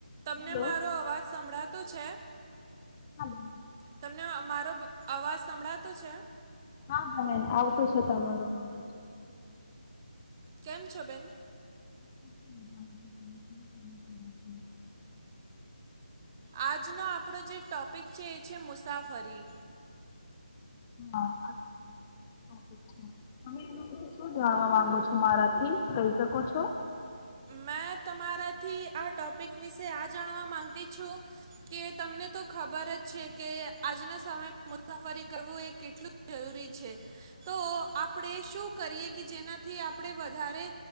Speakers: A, on the right; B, on the left.
A: તમને
B: હેલો.
A: મારો અવાજ સંભળાતો છે?
B: હા બેન.
A: તમને અ મારો અવાજ સંભળાતો છે?
B: હા બહેન આવતું છે તમારો અવાજ.
A: કેમ છો બેન?
B: <inaudible>
A: આજનો આપણો જે ટોપિક છે એ છે મુસાફરી.
B: આ <inaudible> તમે વિશે શું જાણવા માંગો છો મારાથી, કહી શકો છો?
A: મેં તમારાથી આ ટોપિક વિશે આ જાણવા માગતી છું કે તમને તો ખબર જ છે કે આજના સમય મુસાફરી કરવું એ કેટલું જરૂરી છે તો આપડે શું કરીએ કે જેનાથી આપણે વધારે